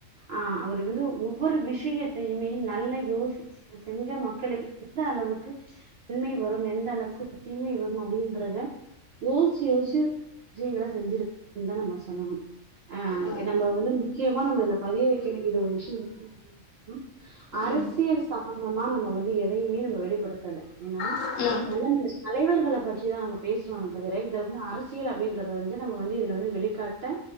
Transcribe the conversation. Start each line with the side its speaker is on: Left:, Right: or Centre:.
Right: ஆ அவர் வந்து ஒவ்வொரு விஷயத்தையுமே நல்ல யோசிச் செஞ்சா மக்களுக்கு எந்த அளவுக்கு நன்மை வரும் எந்த அளவுக்கு தீமை வரும் அப்டின்றத யோசிச்சு யோசிச்சு விஷயங்கள செஞ்சிரு <unintelligible> தா நம்ம சொல்லணு ஆ
Left: ம்
Right: நம்ம வந்து முக்கியமா நம்ம இதுல பதிய வைக்க வேண்டியது ஒரு விஷயம் என்னா அரசியல்
Left: ம்
Right: சம்பந்தமா நம்ம வந்து எதையுமே நம்ம வெளிப்படுத்தல ஏன்னா
Left: ம்
Right: நல்லமனசு தலைவர்கள பற்றி தா நம்ம பேஸ்றோமே தவிர இத வந்து அரசியல் அப்டின்றத வந்து நம்ம வந்து இதுல வந்து வெளிக்காட்ட